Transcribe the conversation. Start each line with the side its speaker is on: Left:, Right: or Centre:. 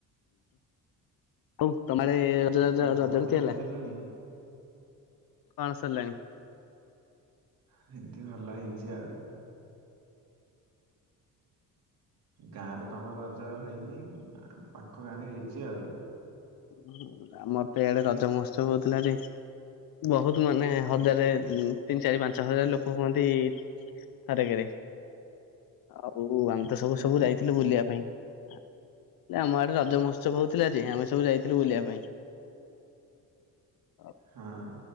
Left: ଆଉ ତମଆଡ଼େ ରଜ
Right: ଆଉ ତମର
Left: ରଜ କେମିତି
Right: ଖିଆପିଆ
Left: ହେଲା
Right: ସରିଲାଣି
Left: କଣ ସରିଲାଣି?
Right: ହେମିତି ଭଲ ହେଇଛି ଆଉ। ଗାଁ ରେ ଆମର ରଜ ହେଇନି ପାଖ ଗାଁ ରେ ହେଇଛି ଆଉ।
Left: ହଁ ଆମର ତ ଇଆଡେ ରଜ ମହତ୍ସବ ହଉଥିଲା ଯେ ବହୁତ ମାନେ ହଜାରେ ତିନି ଚାରି ପାଞ୍ଚ ହଜାର ଲୋକ ହୁଅନ୍ତି ଥରକରେ ଆଉ ଆମ ତ ସବୁ
Right: ହୁଁ
Left: ସବୁ
Right: ହୁଁ
Left: ଯାଇଥିଲୁ ବୁଲିବା ପାଇଁ ହେ ଆମ ଆଡେ ରଜ ମହୋତ୍ସବ ହଉଥିଲା ଯେ ଆମେ ସବୁ ଯାଇଥିଲୁ ବୁଲିବା ପାଇଁ ଆ
Right: ହଁ।